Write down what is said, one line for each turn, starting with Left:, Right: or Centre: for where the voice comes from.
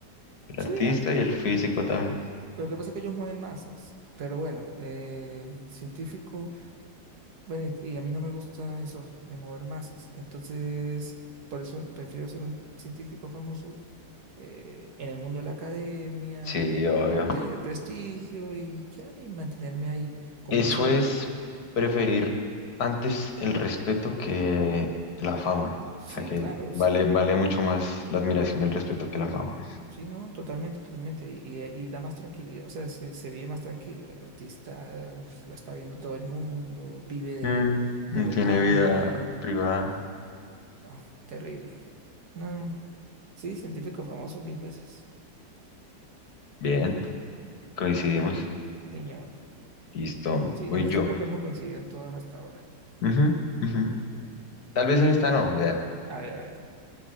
Left: El
Right: sí,
Left: artista
Right: algo.
Left: y el físico también.
Right: Lo que pasa es que ellos mueven masas, pero bueno, eh, el científico Bueno, y, y a mí no me gusta eso de mover masas. Entonces, por eso prefiero ser un científico famoso eh, en el mundo de la academia
Left: Sí,
Right: y
Left: obvio.
Right: tener prestigio y ya, y mantenerme ahí, como
Left: Eso
Right: en esa burbuja.
Left: es preferir antes el respeto que la fama. O
Right: Sí,
Left: sea que
Right: claro, sí,
Left: vale, vale mucho más la admiración y el respeto que la fama.
Right: sí, no, totalmente, totalmente. Y, y- y da más tranquilidad, o sea, se, se vive más tranquilo. El artista uf, lo está viendo todo el mundo, vive de,
Left: Mm,
Right: de
Left: mm,
Right: la imagen.
Left: tiene vida privada.
Right: No, terrible. No, no, sí, científico famoso mil veces.
Left: Bien. Coincidimos.
Right: Señor.
Left: Listo,
Right: Sí,
Left: voy
Right: en esta
Left: yo.
Right: creo que hemos coincidido en todas hasta ahora.
Left: Ujú, ujú. Tal vez en esta no, vea.
Right: A ver, a ver.